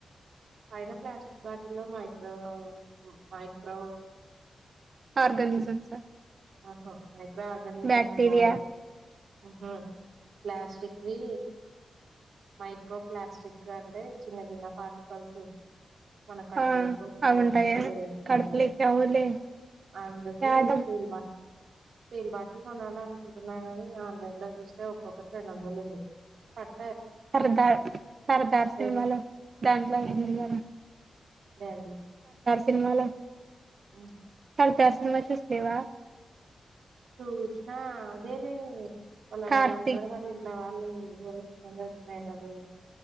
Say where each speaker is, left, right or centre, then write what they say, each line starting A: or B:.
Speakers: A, on the right (about 75°); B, on the right (about 45°).
A: పైన ప్లాస్టిక్ బాటిల్లో మైక్రో మైక్రో
B: ఆర్గానిజమ్స్ ఆ
A: ఆహో మైక్రో ఆర్గనిజమ్స్
B: బ్యాక్టీరియా
A: గాదు ఉహ ప్లాస్టిక్‌వి మైక్రో ప్లాస్టిక్ అంటే చిన్న చిన్న పార్టికల్స్ మన కడుపులోకి
B: ఆ
A: పోతుంటాయంట
B: అవి ఉంటాయా
A: తెలియకుండానే
B: కడుపులోకి అవులే
A: అందుకే
B: యాదో
A: స్టీల్ బా స్టీల్ బాటిల్ కొనాలనుకుంటున్నానని, ఆన్లైన్ లో చూస్తే ఒక్కొక్కటి రెండు వందలు ఉంది. పడ్
B: సర్ధార్ సర్దార్ సినిమాలో
A: రేట్
B: దాంట్లో ఉందికదా
A: దేంట్లో
B: సినిమాలో
A: ఆ
B: సర్దార్ సినిమా చూసిలేవా
A: చూష్ణ అదేలే వాళ్ళ
B: కార్తీక్
A: వాళ్ళ అన్నారుగా వాళ్ళ ఇంటి వాళ్ళు హ్మ్ ఉరేసుకొని సచ్చిపోయిండన